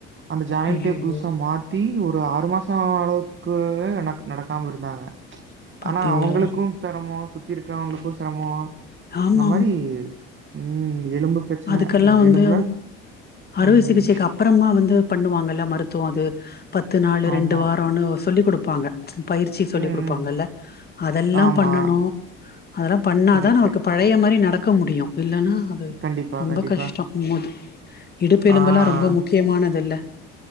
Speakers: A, on the right; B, on the left.
A: அந்த ஜாயிண்டே
B: ஐயையோ
A: புதுசா மாத்தி ஒ ஒரு ஆறு மாசோ அளவுக்கு நக் நடக்காம இருந்தாங்க
B: பாத்தீங்களா
A: ஆனா அவங்ளுக்கு சரமோ சுத்தி இருக்கறவங்ளுக்கு சரமோ
B: ஆமா
A: இந்த மாரி ம் எலும்பு பிரச்சனை,
B: அதுக்கல்லா வந்து
A: எலும்புல
B: அறுவை
A: ம்
B: சிகிச்சைக்கு அப்றம்மா வந்து பண்ணுவாங்கல்ல மருத்துவோ அது பத்து நாலு
A: ஆமா.
B: ரெண்டு வாரோனு சொல்லி குடுப்பாங்க பயிற்சி சொல்லி
A: ம்,
B: குடுப்பாங்கல்ல
A: ம்.
B: அதெல்லா
A: ஆமா.
B: பண்ணணு அதல்லா பண்ணாதா
A: கரெக்ட்டு.
B: நமக்கு பழைய மாரி நடக்க முடியு இல்லனா அது
A: கண்டிப்பா,
B: ரொம்ப
A: கண்டிப்பா.
B: கஷ்டோ மூது இடுப்பெலும்பல்லா
A: ஆ.
B: ரொம்ப முக்கியமானதுல்ல